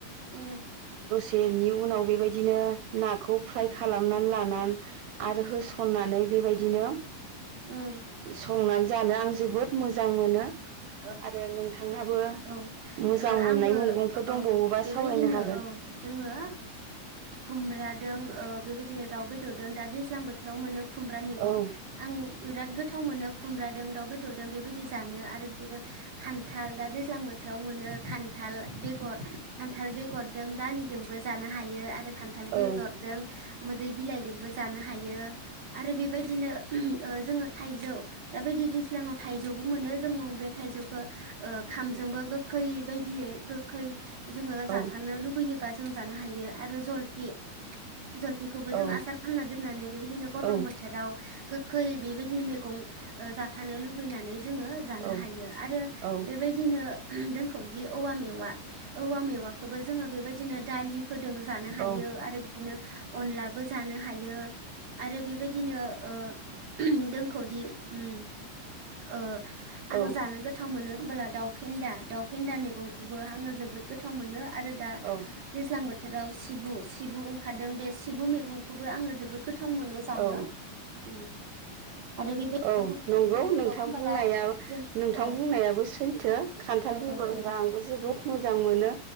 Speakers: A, on the right; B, on the right.
A: उम
B: बेनि उनाव बेबायदि बिदिनो नाखौ फ्राय खालामनानै लानानै आरो होसननानै बेबायदिनो
A: उम
B: संनानै जानो आं जोबोद मोजां मोनो
A: औ
B: आरो नोंथाङाबो
A: औ ओ
B: मोजां मोननाय
A: आंबो
B: मैगंफोर दंबावोबा
A: औ बेबायदिनो
B: सावरायनो हागोन
A: औ दोङो खुमब्रा दों ओ बेबायदिनो दाउ बेदरदों दा दैज्लां बो फ्राव मोनो खुमब्रा मेगं
B: औ
A: आं बिराद गोथाव मोनो खुमब्रादों दाउ बेदरदों बेबायदि जानो आरो खान न्थाल दा दैज्लां बोथोराव मोनो खान्थाल बेगर खान्थाल बेगरदों दालिजोंबो जानो हायो आरो खान्थाल बेगरजों
B: औ
A: मोदै बिलाइदोंबो जानो हायो आरो बेबायदिनो जोङो ओ थाइजौ दा बादि दैज्लाङाव थाइजौबो मोनो जोंङो बे थाइजौखो ओ ओंखामजोंबो गोखै बायदियै गोखै जोङो जाफानो
B: औ
A: लुुबैयो बा जों जानो हायो आरो जलपि जलपिखौबो जों
B: औ
A: आसार खालामामना दोननानै बेबायदिनो गरम
B: औ
A: बोथोराव गोखै बेबायदि मेगं ओ जाफानो लुुबैनानै जोङो जानो
B: औ
A: हायो आरो
B: औ
A: बेबायदिनो जोंखौ बिदि औवा मेवा औवा मेवाखौबो जोङो बेबायदि दिनो दालि फोदों जानो हायो
B: औ
A: आरो बिदिनो अनलाबो जानो हायो आरो बेबायदिनो ओ दोंखौदि उम ओ
B: औ
A: आङो जानो गोथाव मोनो दाव फेन्दा दाव फेन्दा मेगंखौबो आंओ जोबोद गोथाव मोनो आरो दा
B: औ
A: दैज्ला जां बोथोराव सि सिबु सिबु ओंखारदों बे सिबु मेगंखौबो आङो जोबोद गोथा थाव मोनो जानो।
B: औ
A: उम आरो बेबायदिनो
B: औ
A: गुबुन
B: नंगौ
A: गुबुन रोखौ
B: नोंथां
A: होनबोला
B: बुंनाया
A: जों
B: नों थां
A: औ
B: बुंनायाबो सैथो खान्थाल बेगर
A: औ
B: होनबा
A: औ
B: आंबो जोबोद मोजां मोनो